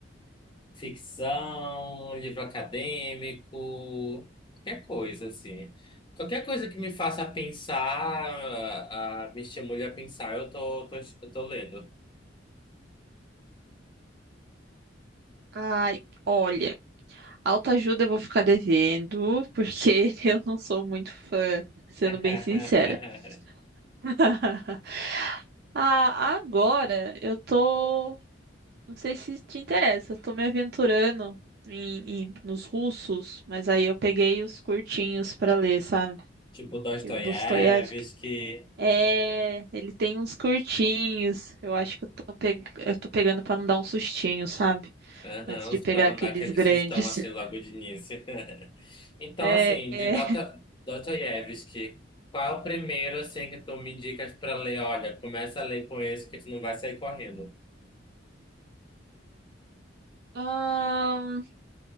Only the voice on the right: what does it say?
Ai, olha, autoajuda eu vou ficar devendo, porque <laughs> eu não sou muito fã, sendo
bem sincera. <laughs> Ah, agora eu tô. Não sei se te interessa, eu tô me aventurando em, em- nos russos, mas aí eu peguei os curtinhos pra ler, sabe?
Que o Dostoiévski. É, ele tem uns curtinhos. Eu acho que eu tô, pe... eu tô pegando pra não dar um sustinho, sabe?
Antes de pegar
aqueles
grandes.
<laughs>
É,
é.
Ahn,